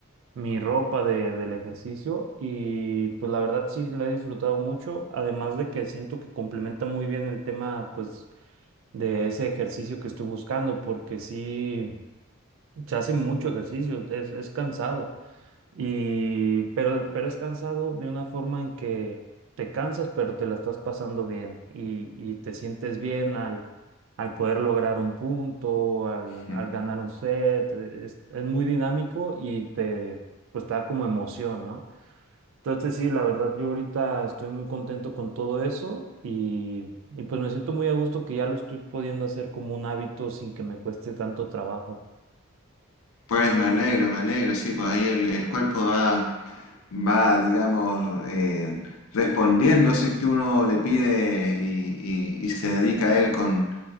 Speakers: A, on the right (about 60°); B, on the left (about 75°).
A: mi ropa de, del ejercicio y pues la verdad sí la he disfrutado mucho, además de que siento que complementa muy bien el tema pues de ese ejercicio que estoy buscando porque sí se hace mucho ejercicio, es, es cansado. Y, pero, pero es cansado de una forma en que te cansas, pero te la estás pasando bien y, y te sientes bien al, al poder lograr un punto, al,
B: ¿Mm?
A: al ganar un set. e, Es, es muy dinámico y te, pues, te da como emoción, ¿no? Entonces, sí, la verdad, yo ahorita estoy muy contento con todo eso y, y pues me siento muy a gusto que ya lo estoy pudiendo hacer como un hábito sin que me cueste tanto trabajo.
B: Pues me alegro, me alegro, sí, pues ahí el, el cuerpo va. va, digamos, eh, respondiendo si es que uno le pide y, y- y se dedica a él con,